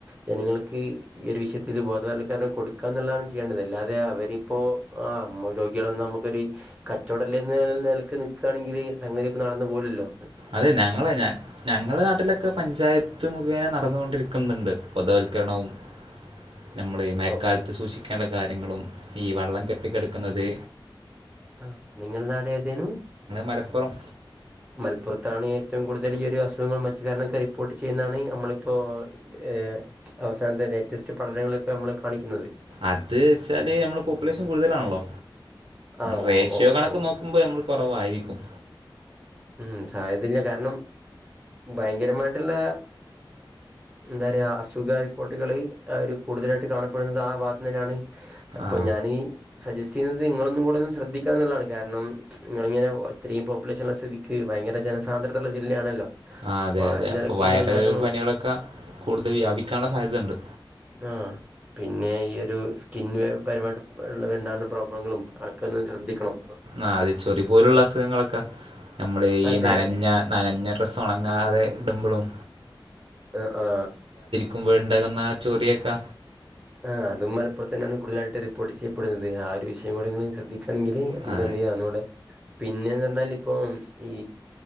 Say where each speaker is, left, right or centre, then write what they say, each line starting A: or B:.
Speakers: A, on the right; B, on the right.
A: ജനങ്ങൾക്ക് ഈ ഒരു വിഷയത്തിൽ ബോധവൽക്കരണം കൊടുക്കുക എന്നുള്ളതാണ് ചെയ്യേണ്ടത് അല്ലാതെ അവര് ആ അമ്മ രോഗികളൊന്നും നമുക്കൊരു രോഗി വന്നാൽ കച്ചവടല്ലന്ന് നിലക്ക് നിൽക്കുകയാണെങ്കിൽ സംഗതി ഇപ്പ നടന്നു പോവുലല്ലോ
B: അതെ ഞങ്ങളഞ ഞങ്ങളുടെ നാട്ടിലൊക്കെ പഞ്ചായത്ത് മുഖേന നടന്നുകൊണ്ടിരി ന്നുണ്ട് ബോധവൽക്കരണവും നമ്മളെ മേക്കാലത്ത്
A: ഓഹ്
B: സൂക്ഷിക്കേണ്ട കാര്യങ്ങളും ഈ വള്ളം കെട്ടിക്കെടക്കുന്നത്
A: ആ നിങ്ങൾ നാട് ഏതേനു
B: മലപ്പുറം
A: മല പ്പുറത്താണ് ഏറ്റവും കൂടുതൽ ഈ ഒരു അസുഖങ്ങൾ മറ്റു കാര്ങ്ങളൊക്കെ റിപ്പോർട്ട് ചെയ്യുന്നതാണ് നമ്മളിപ്പോൾ ് അവസാനത്തെ ലേറ്റസ്റ്റ് പഠനങ്ങളൊക്കെ നമ്മള് കാണിക്കുന്നത്
B: അത് വെച്ചാല് നമ്മള പോപ്പുലേഷൻ കൂടുതലാണല്ലോ
A: ആഹ്
B: റേഷ്യോ
A: ഓ ഓ
B: കണക്ക്
A: ഓ
B: നോക്കുമ്പോ നമ്മൾ കുറവായിരിക്കും
A: ഉം സാധ്യതയില്ലകാരണം ഭയങ്കരമായിട്ടുള്ള എന്താ പറയാ അസുഖ റിപ്പോർട്ടുകള് ഒരു കൂടുതലായിട്ട് കാണപ്പെടുന്നത് ആ ഭാഗു തന്നെയാണ് അപ്പൊ
B: ആ
A: ഞാന് സജസ്റ്റ് ചെയ്യുന്നത് നിങ്ങളന്നും കൂടെ ഒും ശ്രദ്ധിക്കാ എന്നുള്ളതാണ് കാരണം നിങ്ങളിങ്ങനെ ഇത്രയും പോപ്പുലേഷൻ ഉള്ള സ് തീ ക്ക് ഭയങ്കര ജനസാന്ദ്രതയുള്ള ജില്ലയാണല്ലോ
B: ആ അതെ അതെ
A: ഒരു
B: അപ്പൊ
A: നിലയ്ക്ക്
B: വൈറൽ
A: നിങ്ങൾ എന്താക്കണം
B: പനികളൊക്കെ കൂടുതൽ വ്യാപിക്കാനുള്ള സാധ്യതയുണ്ട്
A: ആ പിന്നെ ഈ ഒരു സ്കിൻ വേ പരുപാട്ട് ഉള്ള വേണ്ടാുന്ന പ്രോബ്ലങ്ങളും അത് ഒക്കെ ഒന്ന് ശ്രദ്ധിക്കണം
B: ആ അത് ചൊറി പോലുള്ള അസുഖങ്ങളൊക്കെ നമ്മള് ഈ
A: അതെ
B: നനഞ്ഞ
A: അതെ
B: നനഞ്ഞ ഡ്രസ്സ് ഉണങ്ങാതെ ഇടുമ്പോളും
A: ആ ആ
B: ക്കുബോഴ് ഉണ്ടാക്കുന്ന ചോറിയൊക്കാ
A: ആ അതും മലപ്പുറത്തന്നെയാണ് കൂതലായിട്ട് റിപ്പോർട്ട് ചെയ്യപെ ഇപ്പെടുന്നത് ആ ഒരു വിഷയം കൂടെ നിങ്ങ ശ്രദ്ധിക്കുകണെങ്കിൽ നമുക്ക്
B: ആ
A: എന്ത് ചെയ്യാം ഒനോടെ പിന്നെന്ന് പറഞ്ഞാൽ ഇപ്പൊ ഈ